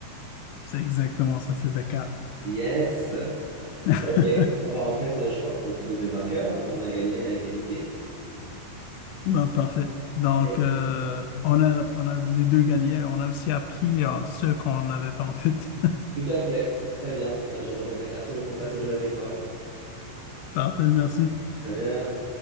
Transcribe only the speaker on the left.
C'est exactement ça, c'est Dakar.
<laughs>
Ben, parfait. Donc,
euh, on a, on a les deux gagnés. On a aussi appris euh, ceux qu'on n'avait pas en tête.
<laughs> Parfait, merci.